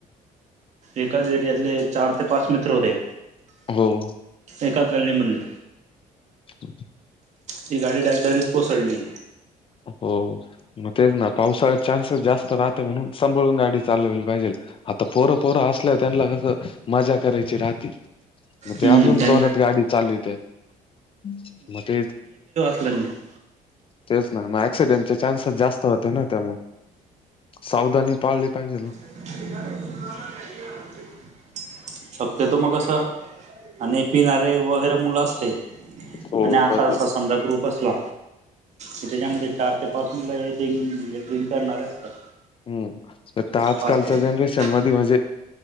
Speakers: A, on the right; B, on the left.
A: एकाच एरियातले चार ते पाच मित्र होते
B: हो
A: एका कॅलनी मधले
B: <inaudible>
A: ती गाडी डा डायरेक्टर कोसळली
B: हो मग तेच ना पावसाळ चान्सेस जास्त राहते म्हणून सांभाळून गाडी चालवली पाहिजेल आता पोरं पोरं असल्यावर त्यांनला कसं मजा करायची राहती मग ते
A: हम्म
B: अजून
A: त्यां
B: जोरात गाडी चालिवत्यात मग ते
A: <unintelligible>
B: तेच मग ऍक्सिडेंट चे चान्सेस जास्त होते ना त्यामु सावधानी पाळली पाहिजे ना
A: <inaudible> शक्यतो मग कसं आणि पिणारे वगैरे मुलं असते
B: हो
A: आणि असा
B: बरोबर
A: असा
B: आहे
A: समजा ग्रुप असला क त्याच्यामध्ये चार ते पाच मुलं हे डि म्हणजे ड्रिंक करणारे असतात
B: हम्म तर आजकालच्या
A: पाच ते सात
B: जनरेशन मध्ये म्हणजे